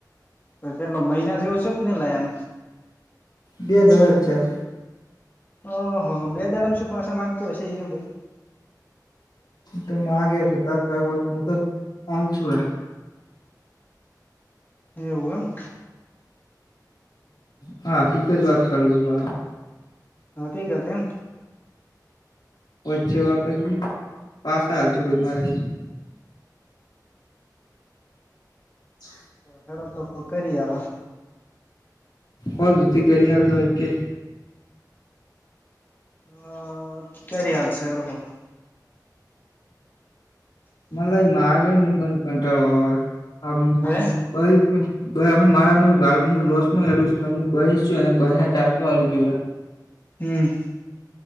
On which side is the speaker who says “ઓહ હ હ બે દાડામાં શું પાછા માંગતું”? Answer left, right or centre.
Left